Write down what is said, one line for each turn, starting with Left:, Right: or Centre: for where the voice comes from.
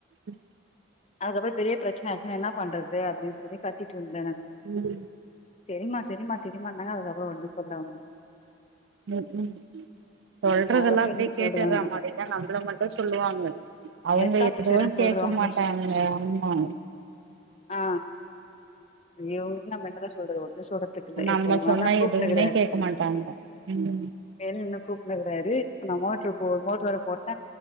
Right: ம்
Left: அதுக்கப்பற பெரிய பிரச்சனை ஆச்சுன்னா என்ன பண்றது அப்படின்னு சொல்லி கத்திட்டு இருந்தே னு
Right: ம்
Left: சரிமா சரிமா சரிமா னாங்க அதுக்கப்பர ஒன்னுமே சொல்லல ஒன்னு
Right: ம் சொல்றதெல்லா
Left: அதுக்கப்புறோ
Right: அப்டியே
Left: என்ன சொல்றது
Right: கேட்டுற
Left: அவங்கிட்ட
Right: மாரிதா நம்மள மட்டு சொல்லுவாங்க அவங்க
Left: எஸ் ஆபிசர்ன்னு
Right: எப்பவு
Left: சொல்றாங்க
Right: கேக்க மாட்டாங்க ஆமா
Left: ஆ ஐயோ நம்ம என்னதா சொல்றது ஒண்ணு சொல்றதுக்கு இல்ல
Right: நம்ம
Left: இப்போ ஒங்க
Right: சொன்னா
Left: அண்ணா கூப்ட்ருகராரு
Right: எதுவுமே கேக்க மாட்டாங்க ம்
Left: மேல இன்னு கூப்புட்னுக்குறாரு நா மோட்ரு போ மோட்ரு வர போட்ட